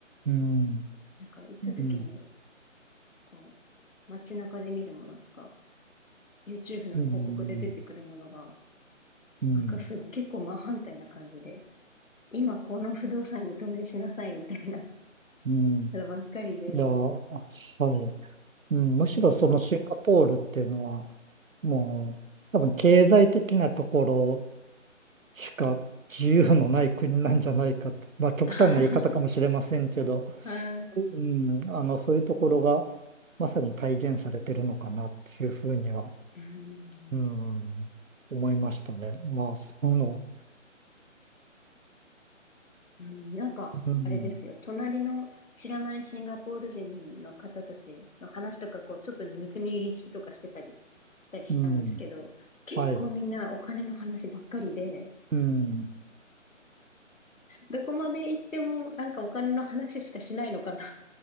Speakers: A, on the right (about 85°); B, on the left (about 80°).
A: うん、
B: なんか行った時に、
A: うん、
B: こう、街中で見るものとか、YouTube の広告で出てくるものが、
A: うん、うん。
B: なんかす、結構真反対な感じで、今この不動産に投資しなさいみたいな <laughs>
A: うん。
B: のばっかりで。
A: いや、はい。うん、むしろそのシンガポールっていうのは、
B: うん。
A: もう、多分経済的なところしか自由のない国なんじゃないかとまあ極端な言い方かもしれませんけど、
B: <laughs> はい。
A: そういう、うん、あの、そういうところがまさに体現されてるのかなっていうふうには、
B: うん。
A: うん、思いましたね。まあ、その、
B: うん。うん、なんか、
A: うん、
B: あれですよ。隣の知らないシンガポール人の方たちの話とか、こう、ちょっと盗み聞きとかしてたり、したりしたんですけど、
A: うん、
B: 結構みんなお金の話ばっかりで、
A: はい、うん、
B: どこまで行ってもなんかお金の話しかしないのかな